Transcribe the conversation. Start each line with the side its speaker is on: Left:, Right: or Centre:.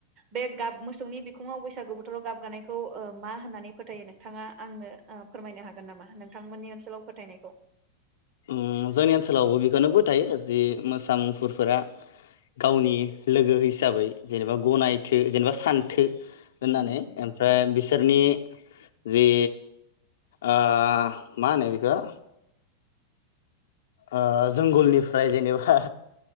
Right: बे गाब मोसौनि बिखुङाव बैसागु बोथोराव गाबगानायखौ मा होननानै फोथायो नोंथाङा आंनो ओ फोरमायनो हागोन नामा नोंथांमोननि ओनसोलाव फोथायनायखौ?
Left: ओम जोंनि ओनसोलावबो बेखौनो फोथायो जि मोसा मुफुरफोरा गावनि लोगो हिसाबै जेनेबा गनायथो जेनेबा सानथो होनानै
Right: नंगौ नोंथां।
Left: ओमफ्राय बिसोरनि जे आ मा होनो बेखौ ओ जोंगलनिफ्राय जेनेबा